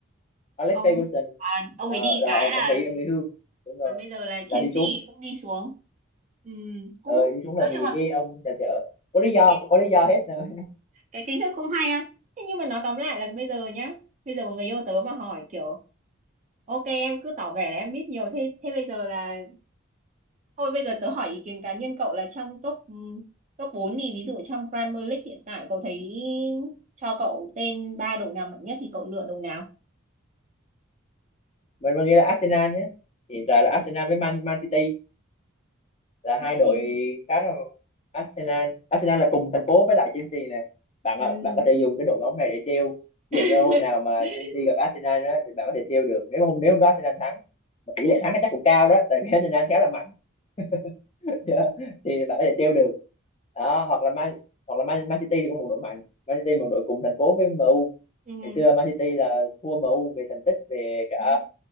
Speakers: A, on the left; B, on the right.
A: Alex
B: Ông
A: Ferguson
B: à, ông
A: Ờ,
B: ấy đi
A: là
B: cái
A: ông
B: là
A: ông nghỉ ông nghỉ hưu đúng rồi
B: còn bây giờ là
A: là
B: Chelsea
A: đi xuống
B: cũng đi xuống Ừm, cũng
A: ờ đi xuống
B: nói
A: là vì
B: chung là
A: cái ông trà chợ có lý do
B: cái kiến
A: có lý do hết nữa
B: cái kiến thức cũng hay á thế nhưng mà nói tóm lại là bây giờ nhá bây giờ mà người yêu tớ mà hỏi kiểu ok em cứ tỏ vẻ là em biết nhiều thế thế bây giờ là thôi bây giờ tớ hỏi ý kiến cá nhân cậu là trong top ừm, top 4 thì ví dụ trong Premier League hiện tại cậu thấy cho cậu tên ba đội nào mạnh nhất thì cậu lựa đội nào
A: <laughs> mình mình nghĩ là Arsenal nhé hiện tại là Arsenal với Man Man City là
B: Arsenal.
A: hai đội khá là Arsenal Arsenal là cùng thành phố với lại Chelsea nè bạn
B: Ừm.
A: ạ- bạn có thể dùng cái đội bóng này để treo ví
B: <laughs>
A: dụ như hôm nào mà Chelsea gặp Arsenal đó thì bạn có thể treo được nếu mà hôm nếu hôm đó Arsenal thắng mà tỷ lệ thắng là chắc cũng cao đó tại vì <laughs> Arsenal khá là mạnh <laughs> thì bạn có thể treo được đó hoặc là Man hoặc là Man, Man City thì cũng một đội mạnh Man City một đội cùng thành phố với MU
B: Ừm.
A: ngày xưa Man City là thua MU về thành tích về cả
B: Ừ.